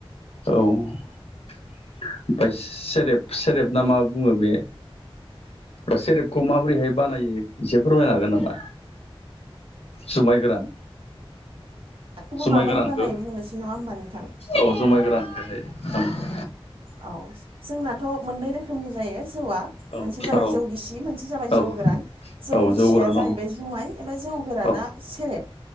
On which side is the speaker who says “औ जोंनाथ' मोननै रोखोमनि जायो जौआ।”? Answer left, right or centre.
Right